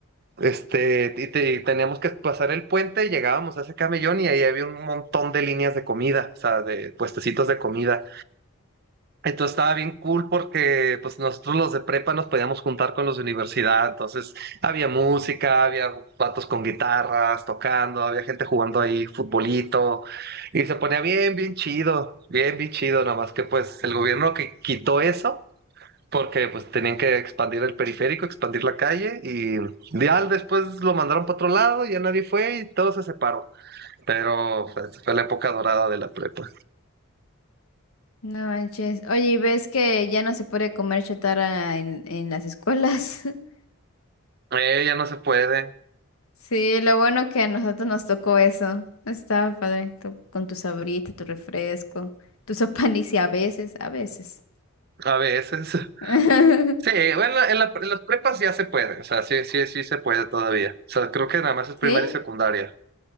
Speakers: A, on the right; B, on the left.
A: Este, y, te- y teníamos que pasar el puente y llegábamos a ese camellón y ahí había un montón de líneas de comida, o sea, de puestecitos de comida. Entonces estaba bien cool porque pues nosotros los de prepa nos podíamos juntar con los de universidad, entonces había música, había patos con guitarras tocando, había gente jugando ahí futbolito y se ponía bien, bien chido, bien, bien chido, nada más que pues el gobierno que quitó eso porque pues tenían que expandir el periférico, expandir la calle y ya después lo mandaron para otro lado, ya nadie fue y todo se separó, pero pues, fue la época dorada de la prepa.
B: No manches. Oye, ¿y ves que ya no se puede comer chatarra en, en las escuelas? <laughs>
A: Eh, ya no se puede
B: Sí, lo bueno que a nosotros nos tocó eso. Estaba padre, tú- con tu sabrita, tu refresco, tu sopanicia <laughs> a veces, a veces.
A: a veces.
B: <laughs>
A: Sí, bueno, en, la- en las prepas ya se puede, o sea, sí, sí, sí se puede todavía. O sea, creo que nada más es primaria
B: ¿Sí?
A: y secundaria.